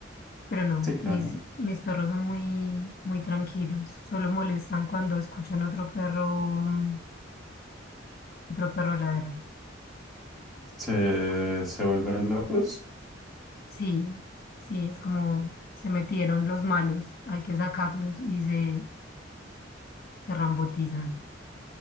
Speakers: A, on the left; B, in the centre.
A: Pero no,
B: Sí, claro.
A: mis mis perros son muy muy tranquilos, solo molestan cuando escuchan otro perro mm, otro perro ladrar.
B: Se, se vuelven locos.
A: Sí, sí, es como se metieron los malos, hay que sacarlos y se se rambotizan.